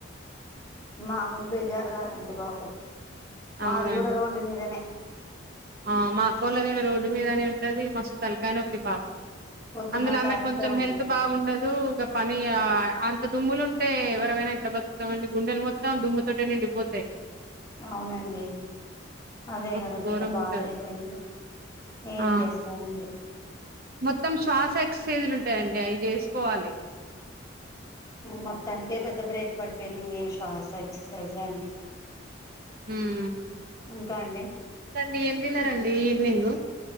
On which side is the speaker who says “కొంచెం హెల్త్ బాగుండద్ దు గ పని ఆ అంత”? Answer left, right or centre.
Right